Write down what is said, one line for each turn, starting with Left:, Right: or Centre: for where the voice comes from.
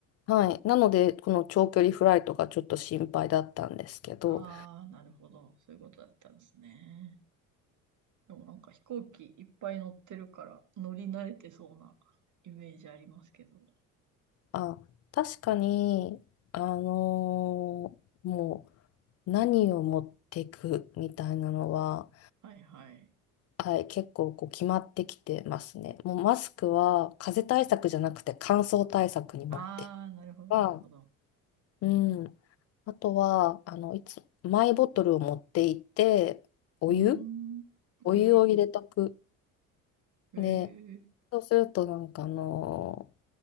Left: はい。なので、この長距離フライトがちょっと心配だったんですけど、
Right: ああ、なるほど。そういうことだったんですね。でもなんか飛行機いっぱい乗ってるから乗り慣れてそうなイメージありますけど。
Left: あ、確かに、あのーもう何を持っていくみたいなのは、
Right: はいはい。
Left: はい、結構こう決まってきてますね。もうマスクは風邪対策じゃなくて乾燥対策に持ってい
Right: ああ、なるほど、
Left: くか
Right: なるほど。
Left: うん。あとは、あの、いつ、マイボトルを持っていて、お湯
Right: うーん。
Left: お湯を入れとく。
Right: お湯。へ
Left: で、
Right: え。
Left: そうするとなんかあのー